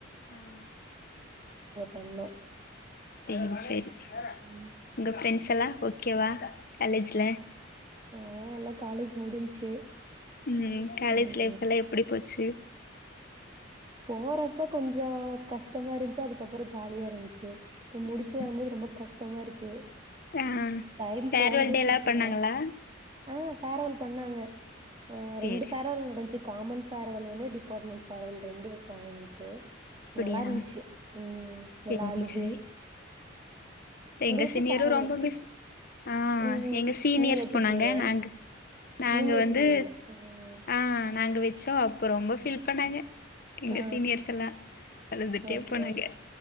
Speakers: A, on the left; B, on the right.
A: ம்
B: பண்ணோ
A: சேரி சேரி
B: ம்
A: உங்க ஃப்ரெண்ட்ஸ் எல்லா ஓகேவா காலேஜ்ல
B: ஓ எல்லா காலேஜ் முடிஞ்ச்சு
A: ம் காலேஜ்
B: ம்
A: லைஃப் எல்லா எப்புடி போச்சு
B: போற ப்ப கொஞ்சோ கஷ்டமா இருந்ச்சு அதுக்கப்றோ ஜாலியா இருந்ச்சு இப்ப முடிச்சு
A: ம்
B: வரம்போது ரொம்போ கஸ் தமா இருக்கு
A: ஆ
B: டைம்
A: ஃபேர்வெல்
B: போனதே
A: டேலா
B: தெர்ல
A: பண்ணாங்களா
B: ஆ ஃபேரவல் பண்ணாங்க ஆ
A: சேரி
B: ரெண்டு ஃபேரவல்
A: சே
B: நடந்ச்சு காமன் ஃபேரவல் ஒன்னு டிப் போர்மண் ஃபேரவல் ரெண்டு வச்சாங்க எங்ளுக்கு
A: அப்டியா
B: நல்லாருந்ச்சு ம்
A: சேரி
B: எல்லா அழுது
A: சேரி
B: உங்களுக்கு
A: எங்க சீனியரு
B: ஃபேர்வெல்
A: ரொம்ப
B: நெக்ஸ்
A: மிஸ் ஆ
B: ம்
A: எங்க சீனியர்ஸ்
B: நீங்க வச்சிருப்பீங்க
A: போனாங்க நாங் நாங்க
B: நீங்க வச்சிருப்பீங்க
A: வந்து
B: ம்
A: ஆ நாங்கவே சோ அப்ப ரொம்ப ஃபீல் பண்ணாங்க எங்க
B: ஆ
A: சீனியர்ஸ் எல்லா அழுதுட்டே
B: ஓகே
A: போனாங்க
B: ஓகே